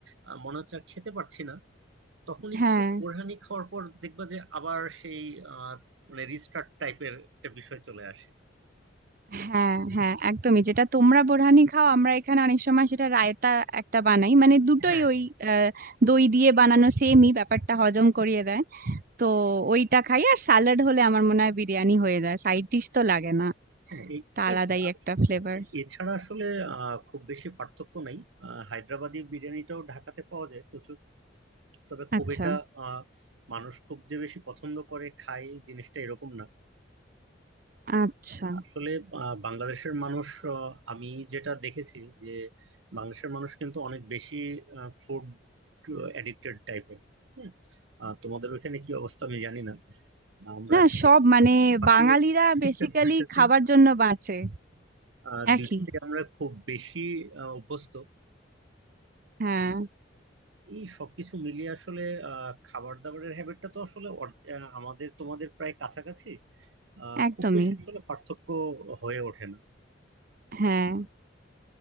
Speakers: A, on the right; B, on the right.
A: আহ, মনে হচ্ছে আর খেতে পারছি না তখন একটু
B: হ্যাঁ
A: বোরহানি খাওয়ার পর দেখবা যে আবার সেই আহ, মানে রিস্টার্ট টাইপের একটা বিষয় চলে আসে
B: হ্যাঁ হ্যাঁ একদমই যেটা তোমরা বোরহানি খাও আমরা এখানে অনেক সময় সেটা রায়তা একটা বানাই মানে দুটোই
A: হ্যাঁ
B: ওই আহ, দই দিয়ে বানানো সেমই ব্যাপারটা হজম করিয়ে দেয় তো ওইটা খাই আর স্যালাড হলে আমার মনে হয় বিরিয়ানি হয়ে যায় সাইড ডিশ তো লাগে না
A: হ্যাঁ এই
B: তা আলাদাই
A: এই তো। আর
B: একটা ফ্লেভার
A: এ- এছাড়া আসলে আহ, খুব বেশি পার্থক্য নাই আহ, হায়দ্রাবাদি বিরিয়ানিটাও ঢাকাতে পাওয়া যায় প্রচুর তবে খুব
B: আচ্ছা
A: এটা আহ, মানুষ খুব যে বেশি পছন্দ করে খায় জিনিসটা এরকম না
B: আচ্ছা
A: আসলে আহ, বাংলাদেশের মানুষ আহ, আমি যেটা দেখেছি যে বাংলাদেশের মানুষ কিন্তু অনেক বেশি ফুড এডিক্টেড টাইপের হ্যাঁ আহ, তোমাদের ওইখানে কি অবস্থা আমি জানি না আমরা
B: না
A: খেতে
B: সব মানে
A: পাতে
B: বাঙালিরা
A: <laughs>
B: বেসিক্যালি
A: দুইটাতে
B: খাবার জন্য বাঁচে
A: আহ,
B: একই
A: দুইটাতে আমরা খুব বেশি আহ, অভ্যস্ত
B: হ্যাঁ
A: এই সবকিছু মিলিয়ে আসলে আহ, খাবার দাবারের হ্যাবিটটা তো আসলে অর্ধ- আহ, আমাদের তোমাদের প্রায় কাছাকাছি আহ,
B: একদমই
A: খুব বেশি আসলে পার্থক্য হয়ে ওঠে না
B: হ্যাঁ